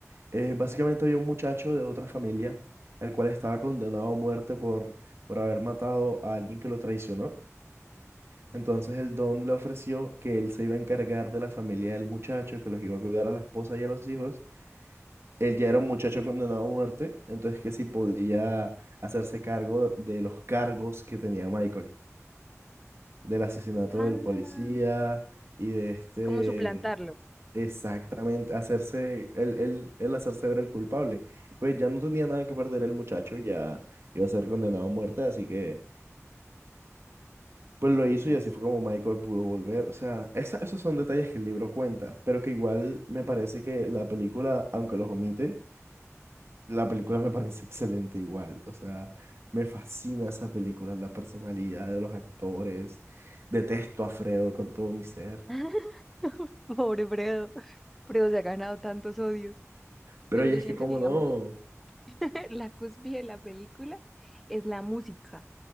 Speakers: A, on the right; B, in the centre.
A: eh, básicamente había un muchacho de otra familia, el cual estaba condenado a muerte por, por haber matado a alguien que lo traicionó. Entonces el don le ofreció que él se iba a encargar de la familia del muchacho, que los iba a cuidar a la esposa y a los hijos, él ya era un muchacho condenado a muerte, entonces que si podía hacerse cargo de los cargos que tenía Michael, del asesinato
B: Ah,
A: del policía y de este,
B: Como suplantarlo.
A: exactamente, hacerse, él, él, él hacerse ver el culpable. Pues ya no tenía nada que perder el muchacho, ya iba a ser condenado a muerte, así que pues lo hizo
B: mm,
A: y así
B: sí.
A: fue como Michael pudo volver. O sea, esa- esos son detalles que el libro cuenta, pero que igual me parece que la película, aunque los omite, La película me parece excelente igual, o sea, me fascina esa película, la personalidad de los actores, detesto a Fredo con todo mi ser.
B: <laughs> Pobre Fredo. Fredo se ha ganado tantos odios.
A: Pero
B: Pero
A: y
B: yo
A: es
B: siento
A: que como
B: que, digamos,
A: no,
B: <laughs> la cúspide de la película es la música.